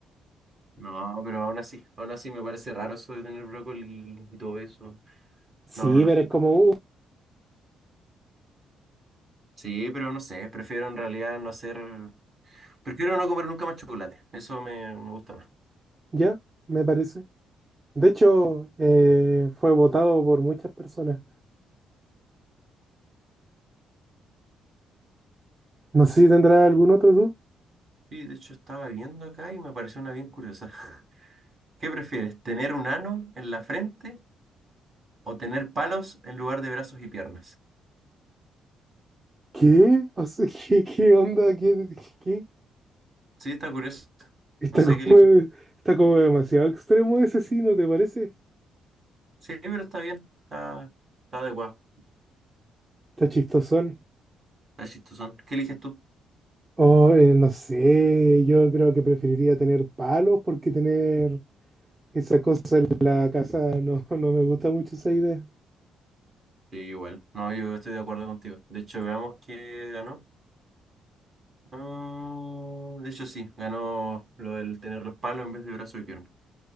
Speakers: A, on the right; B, on the right.
A: No, pero aún así, aún así me parece raro eso de tener brócoli y todo eso.
B: Sí,
A: No, no, no.
B: pero es como,
A: Sí, pero no sé, prefiero en realidad no hacer... Prefiero no comer nunca más chocolate, eso me, me gusta más.
B: Ya, me parece. De hecho, eh, fue votado por muchas personas. No sé si tendrá algún otro tú.
A: Sí, de hecho estaba viendo acá y me pareció una bien curiosa. <laughs> ¿Qué prefieres, tener un ano en la frente o tener palos en lugar de brazos y piernas?
B: ¿Qué? O sea, <laughs> ¿qué, qué onda? ¿Qué, qué? qué?
A: Sí, está curioso.
B: Está
A: No sé
B: como,
A: qué eliges.
B: de- está como demasiado extremo ese sí, ¿no te parece?
A: Sí, pero está bien, está, está adecuado,
B: Está chistosón.
A: está chistosón. ¿Qué eliges tú?
B: Oh, eh, no sé, yo creo que preferiría tener palos porque tener esa cosa en la casa <laughs> no, no me gusta mucho esa idea.
A: Sí, igual. No, yo estoy de acuerdo contigo. De hecho, veamos qué ganó. Ah, de hecho, sí, ganó lo del tener los palos en vez de brazo y pierna.